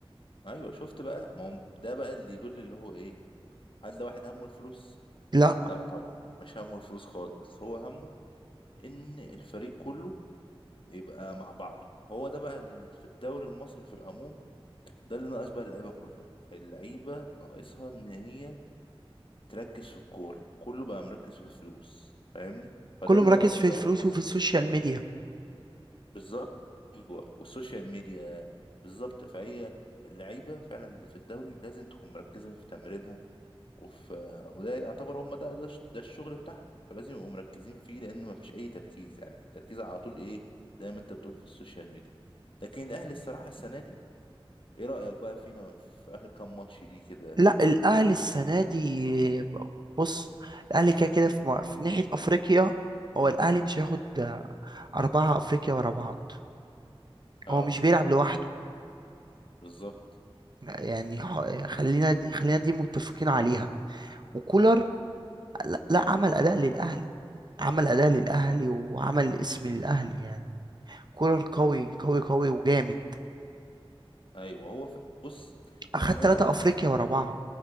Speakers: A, on the left; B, on the right.
A: ايوه شفت بقى ما هو ده بقى اللي يدل اللي هو ايه هل ده واحد همه الفلوس
B: لا
A: لا طبعا مش همه الفلوس خالص هو همه ان الفريق كله يبقى مع بعضه هو ده بقى اللي في الدوري المصري في العموم ده اللي ناقص بقى اللعيبه كلها اللعيبه ناقصها ان هي تركز في الكوره كله بقى مركز في الفلوس فاهمني فده
B: كله
A: اللي
B: مركز
A: ناقص
B: في
A: الدوري
B: الفلوس
A: المصري
B: وفي السوشيال ميديا
A: بالظبط أيوة. والسوشيال ميديا بالظبط فهي اللعيبه فعلا اللي في الدوري لازم تكون مركزه في تمرينها وفي وده يعتبر هم ده ده, الش- ده الشغل بتاعهم فلازم يبقوا مركزين فيه لان مفيش اي تركيز يعني التركيز على طول ايه زي ما انت بتقول في السوشيال ميديا لكن الاهلي الصراحه السنه دي ايه رايك بقى فينا في اخر كام ماتش دي كده
B: لا الاهلي السنه دي بص الاهلي كده كده في, م- في ناحيه افريقيا هو الاهلي مش هياخد اربعه افريقيا ورا بعض
A: اه
B: هو مش بيلعب لوحده
A: بالظبط
B: يعني ه- خلينا دي خلينا دي متفقين عليها وكولر لا, لا عمل اداء للاهلي عمل اداء للاهلي وعمل اسم للاهلي يعني كولر قوي قوي قوي وجامد
A: ايوه هو ف... بص
B: اخد
A: يعني
B: ثلاثه
A: انا
B: افريقيا ورا بعض